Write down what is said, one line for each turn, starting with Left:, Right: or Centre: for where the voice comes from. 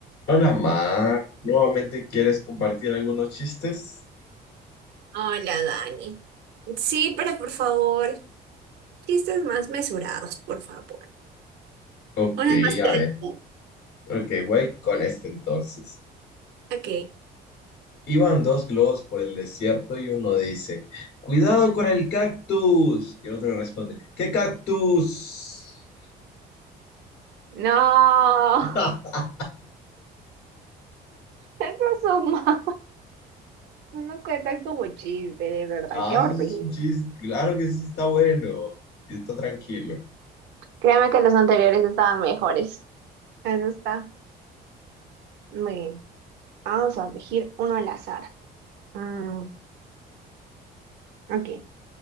Left: Hola, Mar. ¿Nuevamente quieres compartir algunos chistes?
Right: Hola, Dani. Sí, pero por favor, chistes más mesurados, por favor.
Left: Ok,
Right: Unos más tranquilos.
Left: a ver. Ok, voy con este entonces.
Right: Ok.
Left: Iban dos globos por el desierto y uno dice, ¡Cuidado con el cactus! Y el otro le responde, ¿qué cactus?
Right: No,
Left: <laughs>
Right: <laughs> eso es un <laughs> mal. No cuentan como chiste, de verdad,
Left: Ah,
Right: qué horrible.
Left: eso sí es un chiste. Claro que sí está bueno. Y está tranquilo.
Right: Créeme que los anteriores estaban mejores. Eso está muy bien. Vamos a elegir uno al azar. Mm, ok,